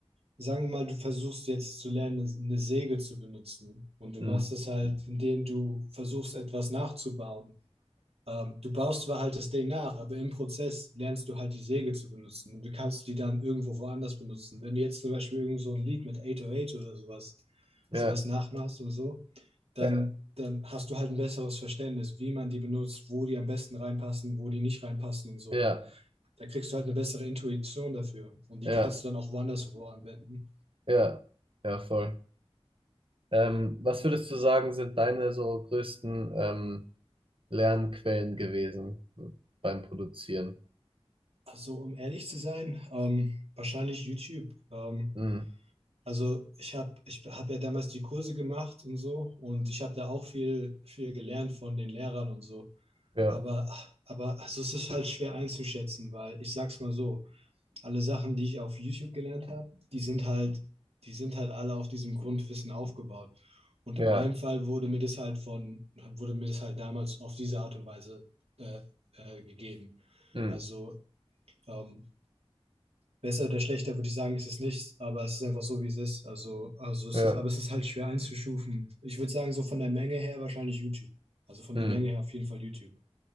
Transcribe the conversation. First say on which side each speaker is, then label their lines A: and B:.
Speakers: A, on the right; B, on the right.
A: sagen wir mal, du versuchst jetzt zu lernen, eine Säge zu benutzen und du
B: Hm.
A: machst es halt, indem du versuchst, etwas nachzubauen. Ähm, du baust zwar halt das Ding nach, aber im Prozess lernst du halt die Säge zu benutzen und du kannst die dann irgendwo woanders benutzen. Wenn du jetzt zum Beispiel irgend so ein Lied mit 808 oder sowas,
B: Ja,
A: sowas nachmachst oder so, dann,
B: ja,
A: dann hast du halt ein besseres Verständnis, wie man die benutzt, wo die am besten reinpassen, wo die nicht reinpassen und so.
B: ja,
A: Da kriegst du halt eine bessere Intuition dafür und die
B: ja,
A: kannst du dann auch woanders wo anwenden.
B: ja, ja, voll. Ähm, was würdest du sagen, sind deine so größten ähm, Lernquellen gewesen beim Produzieren?
A: Also, um ehrlich zu sein, ähm, wahrscheinlich YouTube. Ähm,
B: Mhm.
A: Also ich habe ich hab ja damals die Kurse gemacht und so und ich habe da auch viel, viel gelernt von den Lehrern und so.
B: Ja,
A: Aber, aber also es ist halt schwer einzuschätzen, weil ich sag's mal so, alle Sachen, die ich auf YouTube gelernt habe, die sind halt, die sind halt alle auf diesem Grundwissen aufgebaut. Und
B: ja,
A: in meinem Fall wurde mir das halt von, wurde mir das halt damals auf diese Art und Weise äh, äh, gegeben.
B: mhm.
A: Also ähm, Besser oder schlechter würde ich sagen, ist es nicht, aber es ist einfach so, wie es ist. Also, also es
B: Ja,
A: ist, aber es ist halt schwer einzustufen. Ich würde sagen, so von der Menge her wahrscheinlich YouTube. Also von
B: mhm.
A: der Menge her auf jeden Fall YouTube.